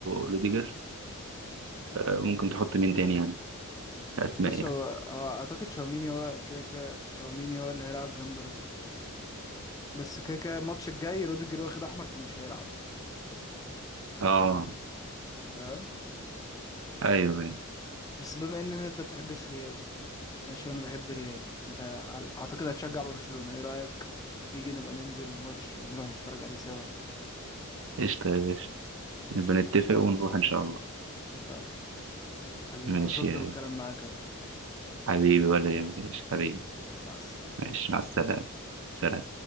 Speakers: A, on the right (about 65°); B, on the left (about 15°).
A: روديجر آه، ممكن تحط مين تاني يعني كاسماء
B: بص
A: يعني
B: هو هو اعتقد تشاوميني هو كده كده تشاوميني هو اللي هيلعب جنب روديجر بس كده كده الماتش الجاي روديجر واخد احمر فمش هيلعب
A: اه
B: أنت فاهم
A: ايوه ايوه
B: بس بما ان انت بتحبش ريال ماشي انا بحب ريال انت عل- اعتقد هتشجع برشلونة ايه رأيك تيجي نبقى ننزل الماتش ونروح نتفرج عليه سوا
A: قشطه يا باشا
B: قشطة
A: نبقى نتفق
B: اتفقنا
A: ونروح ان شاء الله
B: اتفقنا حبيبي
A: ماشي
B: انبسطت
A: يا
B: بالكلام معاك اوي
A: حبيبي ولا يهمك يا باشا حبيبي
B: مع السلامة
A: ماشي مع السلامه سلام